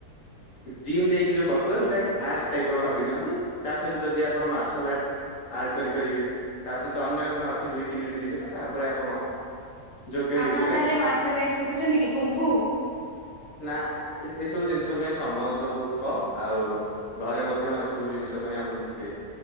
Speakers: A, on the left; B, in the centre.
A: ଜିମ୍ ଯାଇକି ଯୋଉ କସରତ ସେଇଟା ଆର୍ଟ ଟାଇପ ର ଭାବି ନିଅନ୍ତୁ। ତା ସହିତ ଯଦି ଆପଣ ମାର୍ଶାଲ ଆର୍ଟ ଆଡ କରିପାରିବେ ତା ସହିତ ଅନ୍ୟାନ୍ୟ ଅଛି ଦୁଇ ତିନୋଟି ଜିନିଷ ତାପରେ ଆପଣ ଯୋଗ୍ୟ
B: ଆପଣ
A: ହେଇଯିବେ
B: ତାହେଲେ ମାର୍ଶଲ ଆର୍ଟ ଶିଖୁଛନ୍ତି କି କୁମ୍ପୁ।
A: ନା ଏସବୁ ଜିନିଷ ପାଇଁ ସମୟ ତ ବହୁତ କମ୍ ଆଉ ଘରେ ମଧ୍ୟ ଏସବୁ ଜିନିଷ ପାଇଁ ଆମକୁ ଟିକେ